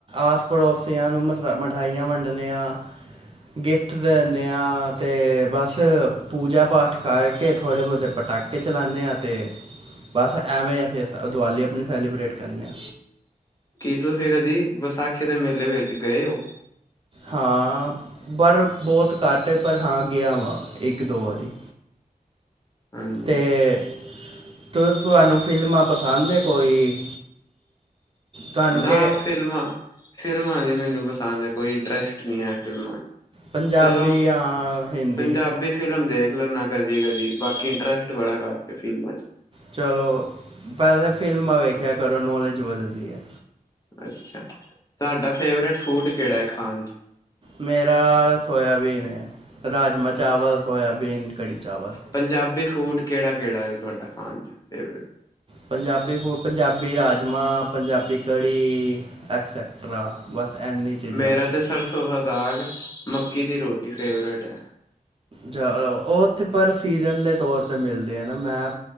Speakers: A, on the right (about 40°); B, on the left (about 25°).
A: ਆਸ-ਪੜੋਸੀਆਂ ਨੂੰ, ਮਸ ਮਿਠਾਈਆਂ ਵੰਡਨੇ ਆਂ। ਗਿਫਟ ਦਿੰਨੇ ਆਂ, ਤੇ ਬੱਸ ਪੂਜਾ-ਪਾਠ ਖਾਏ ਕੇ, ਥੋੜੇ-ਬਹੁਤੇ ਪਟਾਕੇ ਚਲਾਂਨੇ ਆ, ਤੇ ਬੱਸ ਐਵੇਂ ਅਸੀਂ ਇਸ ਦਿਵਾਲੀ ਆਪਣੀ ਸੈਲੀਬਰੇੇਟ ਕਰਨੇ ਆ।
B: ਕੀ ਤੁਸੀ ਕਦੀ, ਵਿਸਾਖੀ ਦੇ ਮੇਲੇ ਵਿੱਚ ਗਏ ਓ?
A: ਹਾਂ, ਪਰ ਬਹੁਤ ਘੱਟ, ਪਰ ਹਾਂ ਗਿਆ ਵਾਂ, ਇੱਕ-ਦੋ ਵਾਰੀ।
B: ਹਾਂਜੀ
A: ਤੇ, ਤੁ ਤੁਹਾਨੂੰ ਫਿਲਮਾਂ ਪਸੰਦ ਏ, ਕੋਈ? ਤੁਹਾਨੂੰ
B: ਨਾ
A: ਕੇ
B: ਫਿਲਮਾਂ ਫਿਲਮਾਂ ਦੀ ਮੈਨੂੰ ਪਸੰਦ ਏ ਕੋਈ ਇੰਟਰਸਟ ਨਹੀਂ ਏ, ਫਿਲਮਾਂ'ਚ
A: ਪੰਜਾਬੀ
B: ਚਲੋ
A: ਜਾਂ ਹਿੰਦੀ
B: ਪੰਜਾਬੀ ਫ਼ਿਲਮ ਦੇਖ ਲੈਂਨਾ ਕਦੀ-ਕਦੀ, ਬਾਕੀ ਇੰਟਰਸਟ ਬੜਾ ਘੱਟ ਫਿਲਮਾਂ'ਚ।
A: ਚਲੋ, ਪੈਸੇ ਫਿਲਮਾਂ ਵੇਖਿਆ ਕਰੋ ਨੌਲੇਜ ਵੱਧਦੀ ਐ।
B: ਅੱਛਾ, ਤੁਹਾਡਾ ਫੇਵਰੇਟ ਫੂਡ ਕਿਹੜਾ ਏ, ਖਾਣ'ਚ।
A: ਮੇਰਾ ਸੋਇਆਬੀਨ ਹੇ ਰਾਜਮਾਂ-ਚਾਵਲ, ਸੋਇਆਬੀਨ, ਕੜੀ ਚਾਵਲ।
B: ਪੰਜਾਬੀ ਫੂਡ ਕਿਹੜਾ-ਕਿਹੜਾ ਦੇ, ਤੁਹਾਡਾ ਖਾਣ 'ਚ ਫੇਵਰੇਟ?
A: ਪੰਜਾਬੀ ਫੂ, ਪੰਜਾਬੀ ਰਾਜਮਾਂ, ਪੰਜਾਬੀ ਕੜੀ। ਐਕਸੈਟਰਾ, ਬੱਸ ਇੰਨੀ ਚੀਜ਼ਾਂ
B: ਮੇਰਾ ਤੇ ਸਰਸੋਂ ਦਾ ਦਾਗ, ਮੱਕੀ ਦੀ ਰੋਟੀ ਫੇਵਰੇਟ ਐ।
A: ਜਾਂ ਉਹ ਤਾਂ ਪਰ ਸੀਜ਼ਨ ਦੇ ਤੌਰ ਮਿਲਦੇ ਆ ਨਾ, ਮੈਂ